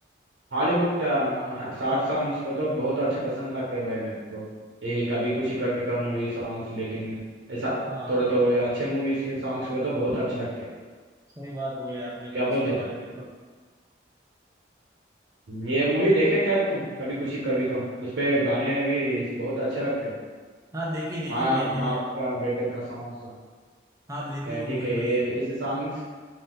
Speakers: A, on the right; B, on the right.
A: हॉलीवुड सैड सॉन्ग्स को तो बहुत अच्छा पसंद लगता है भाई मेरे को यही कभी खुशी कभी गम मूवी सॉन्ग्स लेकिन ऐसा
B: हाँ हाँ
A: थोड़ा तो
B: हाँ
A: वे
B: हाँ
A: अच्छे मूवीज के सॉन्ग्स को तो बहुत अच्छे लगते हैं
B: सही बात बोली आपने तो
A: क्या
B: उसके
A: बोलते
B: बारे
A: तू
B: में तो
A: ये मूवी देखे क्या तुम कभी खुशी कभी गम उसपे गाने भी बहुत अच्छे लगते हैं।
B: हाँ देखी देखी
A: माँ
B: भाई
A: माँ
B: मैंने
A: बाप का बेटे का सॉन्ग्स
B: हाँ देखी वो मूवी
A: ठीक है
B: में
A: ये ऐसे सॉन्ग्स